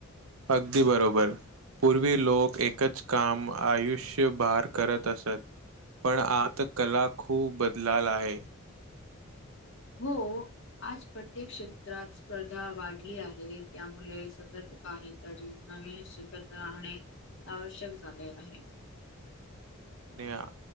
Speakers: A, on the right; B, on the left.
A: अगदी बरोबर पूर्वी लोक एकच काम आयुष्यभार करत असत पण आता कला खूप बदलाल आहे
B: हो आज प्रत्येक क्षेत्रात स्पर्धा वाढली आहे त्यामुळे सतत काहीतरी नवीन शिकत राहणे आवश्यक झाले आहे
A: नेहा